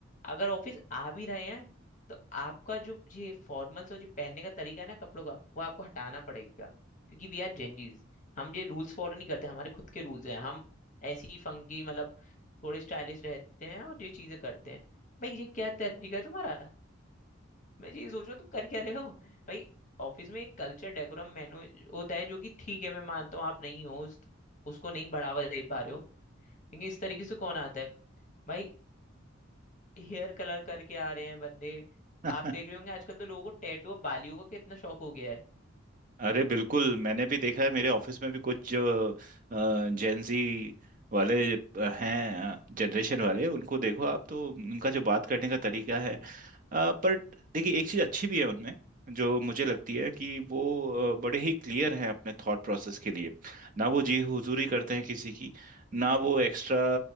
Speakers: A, on the left; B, on the right.
A: अगर ऑफिस आ भी रहे हैं तो आपका जो ये फॉर्मल्स और जो पहनने का तरीका है ना कपड़ों का वो आपको हटाना पड़ेगा क्योंकि वी आर जेनजीज हम ये रूल्स फॉलो नहीं करते हमारे खुद के रूल्स हैं हम ऐसे ही फंकी मतलब थोड़े स्टाइलिश रहते हैं और ये चीजें करते हैं भाई ये क्या तरीका है तुम्हारा मैं यही सोच रहा हूँ तुम कर क्या रहे हो भाई ऑफिस में एक कल्चर डेकोरम मेनू होता है जो कि ठीक है मैं मानता हूँ आप नहीं हो उस, उसको नहीं बढ़ावा दे पा रहे हो लेकिन इस तरीके से कौन आता है भाई हेयर कलर करके आ रहे हैं बंदे
B: <laughs>
A: आप देख रहे होंगे आजकल तो लोगों को टैटू और बालियों का कितना शौक हो गया है
B: अरे बिल्कुल मैंने भी देखा है मेरे ऑफिस में भी कुछ जो जेंजी वाले अ, हैं जनरेशन वाले उनको देखो आप तो उनका जो बात करने का तरीका है अ, पर देखिए एक चीज़ अच्छी भी है उनमें जो मुझे लगती है कि वो अ, बड़े ही क्लियर हैं अपने थॉट प्रोसेस के लिए ना वो जी हुजूरी करते हैं किसी की ना वो एक्स्ट्रा